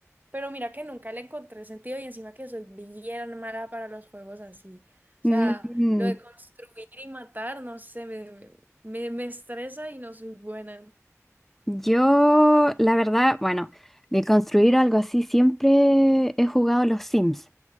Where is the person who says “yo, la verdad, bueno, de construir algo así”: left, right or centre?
Centre